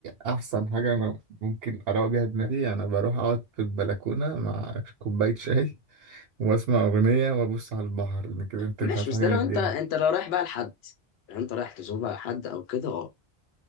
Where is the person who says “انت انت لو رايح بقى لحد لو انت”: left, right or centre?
Left